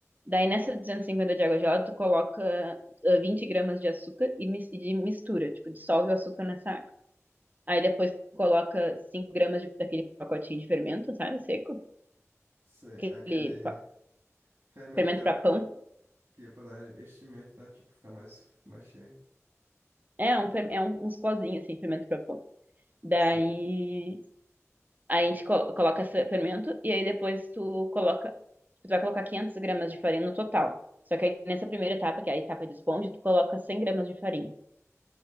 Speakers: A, on the right; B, on the right.
A: Daí nessa 250 de água gelada, tu coloca ah, 20 gramas de açúcar e, mis- e de mistura, tipo, dissolve o açúcar nessa água. Aí depois tu coloca 5 gramas de- daquele pacotinho de fermento, sabe, seco,
B: Sei,
A: aquele
B: é aquele
A: pa-
B: fermento
A: fermento
B: que é
A: para
B: pra,
A: pão.
B: que é pra dar enchimento, né? Tipo, ficar mais, mais cheio.
A: É, um, fer- é um, uns pozinhos assim, fermento para pão. Daí
B: Sei.
A: aí a gente colo- coloca esse fermento e aí depois tu coloca, tu vai colocar 500 gramas de farinha no total. Só que aí nessa primeira etapa, que é a etapa de esponja, tu coloca 100 gramas de farinha.